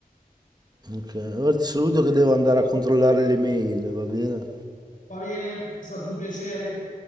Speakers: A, on the right; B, on the left.
A: Ok, Ora ti saluto che devo andare a controllare le mail, va bene?
B: Va bene, è stato un piacere.